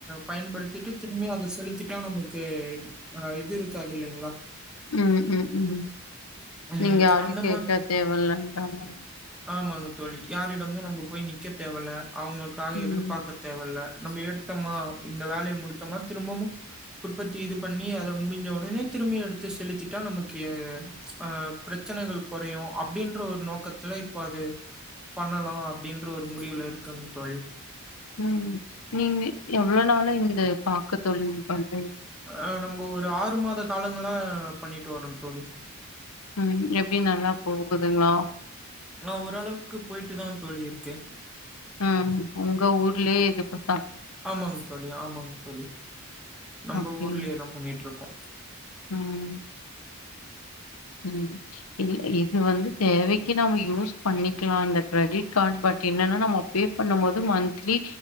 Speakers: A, in the centre; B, on the left.
A: பயன்படுத்திட்டு திரும்பி அத செலுத்திட்டா நமக்கு அ இது இருக்காத இல்லைங்ளா
B: ம் ம் ம்
A: ம்
B: நீங் யார்னு
A: அந்த
B: கேக்காத்
A: மா
B: தேவலன்ற மாரி
A: ஆமாங்க தோழி யாரிடமு நம்ப போய் நிக்க தேவல அவுங்ளுக்காக
B: ம்
A: எதிர்பாக்க தேவல்ல நம்ப எடுத்தமா இந்த வேல்ய முடித்தமா திரும்பமு உற்பத்தி இது பண்ணி அத முடிஞ்ச உடனே திரும்பி எடுத்து செலுத்திட்டா நமக்கே ஆ ப்ரச்சனைகள் கொறையு அப்டின்ற ஒர் நோக்கத்துல இப்ப அது பண்ணலா அப்டின்ற ஒரு முடிவுல இருக்கங் தோழி
B: ம் நீங்கு எவ்ளோ நாளு இந்த பாக்க தொழில் பண்
A: ஆ நம் இப்ப ஒரு ஆறு மாத காலங்களா பண்ணிட்டு வரோ தோழி
B: ம் எப்படி நல்லா போகுதுங்ளா
A: ஆனா ஓரளவுக்கு போயிட்டுதா தோழி இருக்கு
B: ம் உங்க ஊர்லயே இது ப
A: ஆமாங் தோழி ஆமாங் தோழி நம்ப
B: ஓகே
A: ஊர்லயே தா பண்ணிட்ருக்கோ
B: ம் ம் இல் இது வந்து தேவைக்கு நம்ம யூஸ் பண்ணிக்கலா இந்த க்ரெடிட் கார்ட் பட் என்னன்னா நம்ம பே பண்ணும் போது மந்த்லி